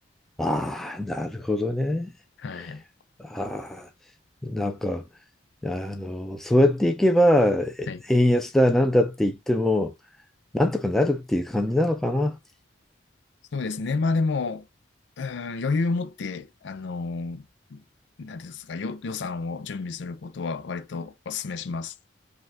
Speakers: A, in the centre; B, on the left (about 70°).
A: ああ、なるほどね。
B: はい。
A: ああ、なんか、あの、そうやっていけば、え円安だなんだって言っても、
B: はい。
A: なんとかなるっていう感じなのかな。
B: そうですね。まあでも、うーん、余裕を持って、あのー何ですか、よ、予算を準備することは割とお勧めします。